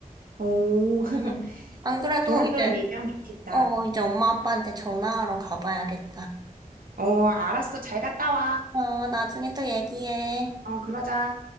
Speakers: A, on the right (about 85°); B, on the right (about 30°).
A: 오 <laughs>
B: 응. 안 그래도
A: 도란도란
B: 이제,
A: 얘기하면 좋겠다.
B: 어, 이제 엄마 아빠한테 전화하러 가봐야겠다.
A: 어, 알았어. 잘 갔다 와.
B: 어, 나중에 또 얘기해.
A: 어, 그러자.